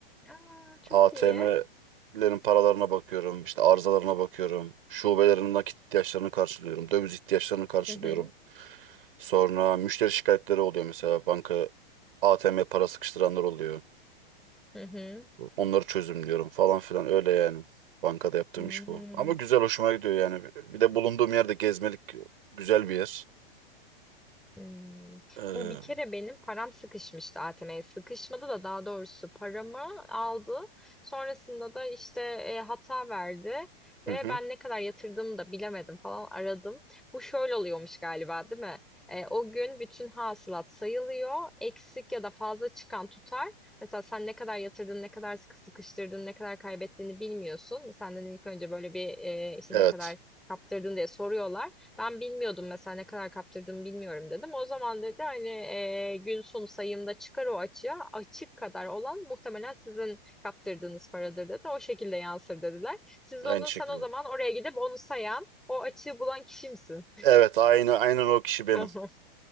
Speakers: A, in the centre; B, on the right.
A: Aa, çok
B: ATM'lerin
A: iyi.
B: paralarına bakıyorum, işte arızalarına bakıyorum. Şubelerin nakit ihtiyaçlarını karşılıyorum, döviz ihtiyaçlarını karşılıyorum.
A: Hı hı.
B: Sonra müşteri şikayetleri oluyor mesela banka ATM para sıkıştıranlar oluyor.
A: Hı hı.
B: Onları çözümlüyorum falan filan öyle yani. Bankada yaptığım
A: Hmm.
B: iş bu. Ama güzel hoşuma gidiyor yani. Bir de bulunduğum yerde gezmelik güzel bir yer.
A: Hmm.
B: Ee, hı
A: Bu bir kere benim param sıkışmıştı ATM'ye. Sıkışmadı da daha doğrusu paramı aldı. Sonrasında da işte e, hata verdi ve
B: hı.
A: ben ne kadar yatırdığımı da bilemedim falan aradım. Bu şöyle oluyormuş galiba değil mi? E, o gün bütün hasılat sayılıyor. Eksik ya da fazla çıkan tutar. Mesela sen ne kadar yatırdın, ne kadar sıkı sıkıştırdın, ne kadar kaybettiğini bilmiyorsun. Senden ilk önce böyle bir e, işte
B: Evet.
A: ne kadar kaptırdın diye soruyorlar. Ben bilmiyordum mesela ne kadar kaptırdığımı bilmiyorum dedim. O zaman dedi hani e, gün sonu sayımda çıkar o açığa açık kadar olan muhtemelen sizin kaptırdığınız paradır dedi. O şekilde yansır dediler. Siz
B: Aynı
A: onu
B: şekilde.
A: sen o zaman oraya gidip onu sayan o açığı bulan kişi misin?
B: Evet aynı aynen o kişi benim.
A: <laughs> Tamam.